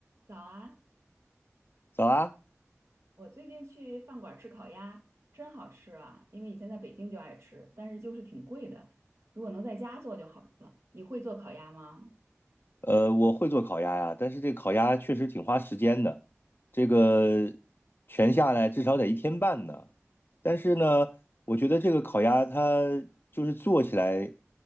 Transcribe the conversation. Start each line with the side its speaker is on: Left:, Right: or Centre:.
Right: 早啊！
Left: 早啊，
Right: 我最近去饭馆吃烤鸭，真好吃啊！因为以前在北京就爱吃，但是就是挺贵的。如果能在家做就好了。你会做烤鸭吗？
Left: 呃，我会做烤鸭呀，但是这个烤鸭确实挺花时间的，这个全下来至少得一天半呢。但是呢，我觉得这个烤鸭它就是做起来，